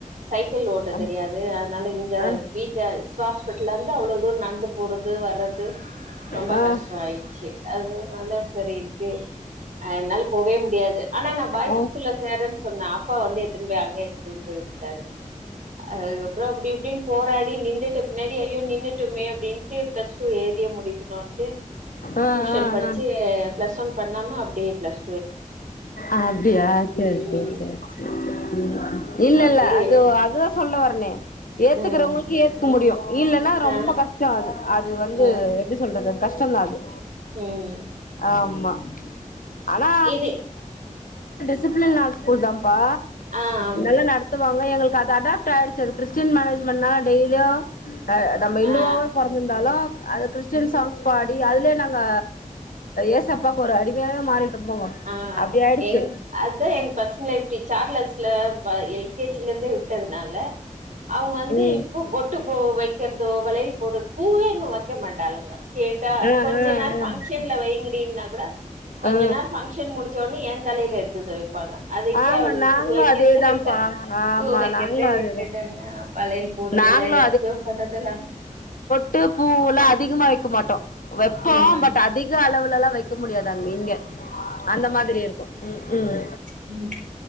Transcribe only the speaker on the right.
சைக்கிள் ஓட்ட
தெரியாது அதுனால இங்க
வீட்ல ஹாஸ்பிட்டல இருந்து அவ்வளோ தூர நந்து போறது வர்றது
ரொம்ப
கஷ்டொ ஆயிடுச்சு அதுனால செரின்ட்டு என்னால போவே முடியாது ஆனா நான் பாய்ஸஸ்
ஸ்கூல்ல சேறேன்னு சொன்னே அப்பா வந்து எத்துன்னு போய் அங்க எத்துன்னு போய் வுட்டாரு அதுக்கப்புற அப்டி இப்டின் போராடி நின்னுட்ட பின்னாடி ஐயோ நின்னுட்டோமே அப்டின் பிளஸ் டூ எழுதியே முடிக்கணுன்டு
டியூசன் படிச்சு பிளஸ் ஒன் பண்ணாம அப்டியே ப்ளஸ்
ம்,
அப்படியே
ம்,
ஆ,
ம்,
ம்
இது
ஆம்,
ஆ,
ஆ
எங் அதுதா எங்க பசங்க இப்டி சார்லஸ்ல ப எல் கே ஜி ல இருந்தே விட்டதுனால அவங்க வந்து
இப்போ பொட்டு பூ வைக்கிறதோ வளையல் போடுறது பூவே இன்னு வெ க்க மாட்டாளுங்க கேட்டா
கொஞ்ச
நேரம்
பங்க்ஷன்ல வைங்கடின்னா கூட கொஞ்ச
நேர பங்க்ஷன் முடிச்ச ஒன்னே ஏ தலையில எடுத்து வந்து வ ப்பாங்க அதுக்கே
அவளுங்க
பூ வைக்கிறத
விட
பூ வைக்கிறதே
விட்டுட்டாங்க
வலையல் போடுறதுல்ல
எத்தும் பண்றதுல
ம்
ம்